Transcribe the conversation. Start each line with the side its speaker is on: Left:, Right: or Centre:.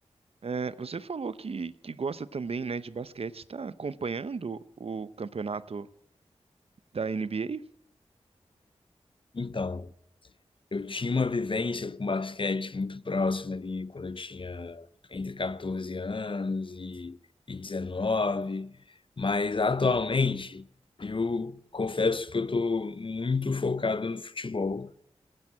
Right: É, você falou que, que gosta também, né, de basquete. Está acompanhando o campeonato da NBA?
Left: Então, eu tinha uma vivência com basquete muito próxima ali quando eu tinha entre 14 anos e, e 19, mas atualmente eu confesso que eu estou muito focado no futebol